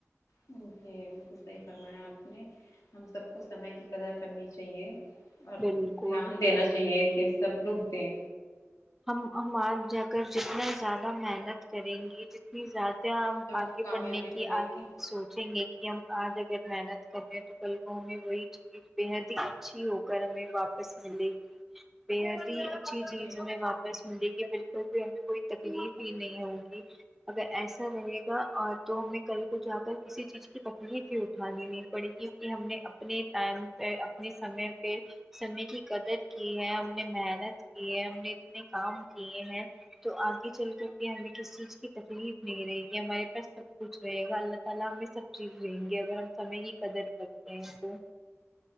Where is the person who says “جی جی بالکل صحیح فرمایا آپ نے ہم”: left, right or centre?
Left